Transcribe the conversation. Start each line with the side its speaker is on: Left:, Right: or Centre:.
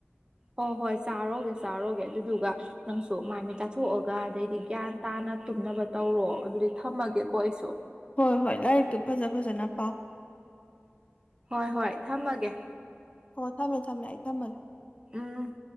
Right: ꯍꯣꯏ ꯍꯣꯏ ꯆꯥꯔꯣꯒꯦ ꯆꯥꯔꯣꯒꯦ ꯑꯗꯨꯗꯨꯒ ꯅꯪꯁꯨ ꯃꯥꯏꯃꯤꯠ ꯇꯥꯊꯣꯛꯑꯒ ꯑꯗꯩꯗꯤ ꯒ꯭ꯌꯥꯟ ꯇꯥꯅ ꯇꯨꯝꯅꯕ ꯇꯧꯔꯣ ꯑꯗꯨꯗꯤ ꯊꯝꯃꯒꯦꯀꯣ ꯑꯩꯁꯨ
Left: ꯍꯣꯏ ꯍꯣꯏ ꯂꯥꯏꯔꯤꯛꯇꯨ ꯐꯖ ꯐꯖꯅ ꯄꯥꯎ
Right: ꯍꯣꯏ ꯍꯣꯏ ꯊꯝꯃꯒꯦ
Left: ꯍꯣ ꯊꯝꯃꯦ ꯊꯝꯃꯦ ꯑꯩ ꯊꯝꯃꯒꯦ
Right: ꯎꯝ